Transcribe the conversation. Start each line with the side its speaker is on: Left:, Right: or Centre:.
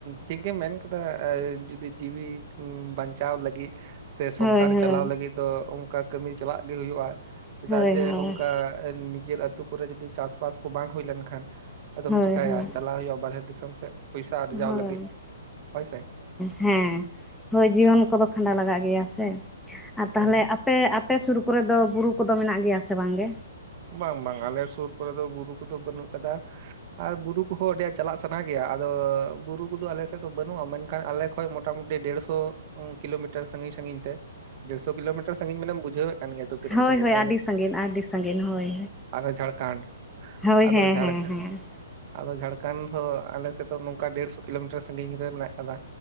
Right: ᱴᱷᱤᱠ ᱜᱮ ᱢᱮᱱ ᱠᱟᱫᱟ ᱡᱩᱫᱤ ᱡᱤᱣᱤ ᱵᱟᱧᱪᱟᱣ ᱞᱟᱹᱜᱤᱫ ᱥᱮ ᱥᱚᱝᱥᱟᱨ
Centre: ᱦᱳᱭ ᱦᱳᱭ
Right: ᱪᱟᱞᱟᱣ ᱞᱟᱹᱜᱤᱫ ᱫᱚ ᱚᱱᱠᱟ ᱠᱟᱹᱢᱤ ᱪᱟᱞᱟᱜ ᱜᱮ ᱦᱩᱭᱩᱜᱼᱟ ᱪᱮᱫᱟᱜ
Centre: ᱦᱳᱭ ᱦᱳᱭ
Right: ᱡᱮ ᱚᱱᱠᱟ ᱱᱤᱡᱮᱨ ᱟᱹᱛᱩ ᱠᱚᱨᱮ ᱡᱚᱫᱤ ᱪᱟᱥᱵᱟᱥ ᱠᱚ ᱵᱟᱝ ᱦᱩᱭ ᱞᱮᱱᱠᱷᱟᱱ ᱟᱫᱚᱢ
Centre: ᱦᱳᱭ
Right: ᱪᱤᱠᱟᱭᱟ
Centre: ᱦᱳᱭ
Right: ᱪᱟᱞᱟᱜ ᱦᱩᱭᱩᱜᱼᱟ ᱵᱟᱨᱦᱮ ᱫᱤᱥᱚᱢ ᱥᱮᱫ ᱯᱚᱭᱥᱟ ᱟᱨᱡᱟᱣ
Centre: ᱦᱳᱭ
Right: ᱞᱟᱹᱜᱤᱫ ᱦᱳᱭ ᱥᱮ
Centre: ᱦᱮᱸ ᱦᱳᱭ ᱡᱤᱭᱚᱱ ᱠᱚᱫᱚ ᱠᱷᱟᱸᱰᱟᱣ ᱞᱟᱜᱟᱜ ᱜᱮᱭᱟ ᱥᱮ ᱟᱨ ᱛᱟᱦᱚᱞᱮ
Right: ᱦᱳᱭ ᱦᱳᱭ
Centre: ᱟᱯᱮ ᱟᱯᱮ ᱥᱩᱨ ᱠᱚᱨᱮ ᱵᱩᱨᱩ ᱠᱚᱫᱚ ᱢᱮᱱᱟᱜ ᱜᱮᱭᱟ ᱥᱮ ᱵᱟᱝᱜᱮ
Right: ᱵᱟᱝ ᱵᱟᱝ ᱟᱞᱮ ᱥᱩᱨ ᱠᱚᱨᱮ ᱫᱚ ᱵᱩᱨᱩ ᱠᱚᱫᱚ ᱵᱟᱹᱱᱩᱜ ᱟᱠᱟᱫᱟ ᱟᱨ ᱵᱩᱨᱩ ᱠᱚᱦᱚᱸ ᱟᱹᱰᱤ ᱟᱹᱴ ᱪᱟᱞᱟᱜ ᱥᱟᱱᱟ ᱜᱮᱭᱟ ᱟᱫᱚ ᱵᱩᱨᱩ ᱠᱚᱫᱚ ᱟᱞᱮ ᱥᱮᱫ ᱫᱚ ᱵᱟᱹᱱᱩᱜᱼᱟ ᱢᱮᱱᱠᱷᱟᱱ ᱟᱞᱮ ᱠᱷᱚᱡ ᱢᱚ ᱢᱚᱴᱟᱢᱩᱴᱤ ᱫᱮᱲᱥᱚ ᱠᱤᱞᱳᱢᱤᱴᱟᱨ ᱥᱟᱺᱜᱤᱧ ᱥᱟᱺᱜᱤᱧ ᱛᱮ ᱫᱮᱲᱥᱚ ᱠᱤᱞᱳᱢᱤᱴᱟᱨ ᱥᱟᱺᱜᱤᱧ ᱢᱟᱱᱮᱢ ᱵᱩᱡᱷᱟᱹᱣᱮᱫ ᱠᱟᱱ ᱜᱮᱭᱟ ᱛᱚ ᱛᱤᱱᱟᱹᱜ
Centre: ᱦᱳᱭ
Right: ᱥᱟᱺᱜᱤᱧ
Centre: ᱦᱳᱭ ᱟᱹᱰᱤ ᱥᱟᱺᱜᱤᱧ ᱟᱹᱰᱤ ᱥᱟᱺᱜᱤᱧ ᱦᱳᱭ᱾
Right: ᱟᱨᱦᱚ ᱡᱷᱟᱲᱠᱷᱚᱸᱱᱰ
Centre: ᱦᱳᱭ ᱦᱮᱸ
Right: ᱟᱫᱚ ᱡᱷᱟᱨᱠᱷᱚᱸᱱᱰ
Centre: ᱦᱮᱸ ᱦᱮᱸ
Right: ᱟᱫᱚ ᱡᱷᱟᱲᱠᱷᱚᱱᱰ ᱫᱚ ᱟᱞᱮ ᱥᱮᱫ ᱫᱚ ᱱᱚᱝᱠᱟ ᱰᱮᱲᱥᱚ ᱠᱤᱞᱳᱢᱤᱴᱟᱨ ᱥᱟᱹᱜᱤᱧ ᱨᱮ ᱢᱮᱱᱟᱜ ᱟᱠᱟᱫᱟ᱾